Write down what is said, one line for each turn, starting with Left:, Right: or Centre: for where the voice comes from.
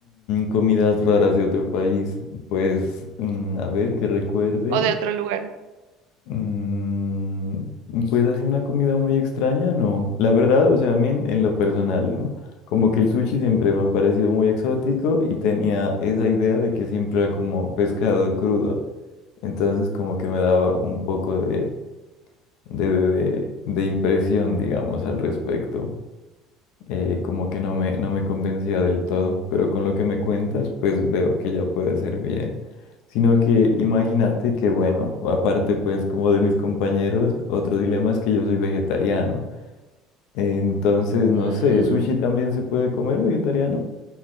Left: comidas raras de otro país. Pues, mm, a ver, que recuerde.
Right: o de otro lugar?
Left: Mm, pues así una comida muy extraña, no. La verdad, o sea, a mí en, en lo personal, ¿no? Como que el sushi siempre me ha parecido muy exótico y tenía esa idea de que siempre era como pescado crudo. Entonces como que me daba un poco de, de, de, de de impresión, digamos, al respecto eh, como que no me, no me convencía del todo, pero con lo que me cuentas, pues veo que ya puede ser bien. Sino que imagínate que, bueno, aparte pues como de mis compañeros, otro dilema es que yo soy vegetariano. Entonces, no
Right: Mm.
Left: sé, ¿sushi también se puede comer vegetariano?